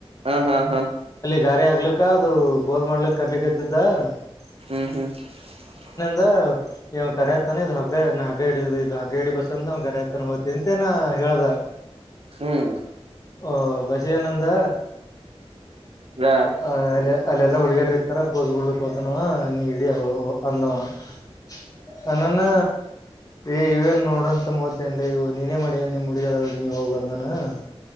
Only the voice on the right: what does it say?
ಹ ಹ ಹ <unintelligible>
ಹು ಹು <unintelligible>
ಹೂ <unintelligible>
ಹ್ಮ್